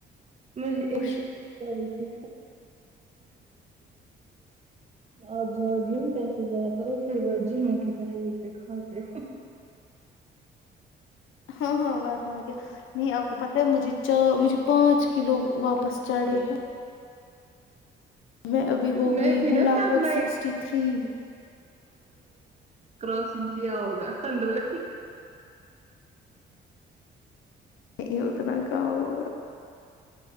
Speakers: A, on the right; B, on the left.
A: <unintelligible> <unintelligible> <unintelligible> بولا
B: گوشت
A: کہ اپ زیادہ ہی پیسے خرچ کرتے ہو پھر جنوں کی طرح کھاتے ہو
B: ہاں ہاں ورنہ کیا نہیں آپ کو پتہ ہے مجھے چا مجھے پانچ کلو واپس جا رہے ہیں میں ابھی ہو
A: میں
B: گئی
A: تھی
B: ہوں
A: نا
B: لگ
A: تب
B: بھگ
A: میں
B: سیکثٹی تھری
A: کراسنگ کیا ہوگا ہنڈراڈ <unintelligible>
B: نہیں اتنا کہاں ہوگا۔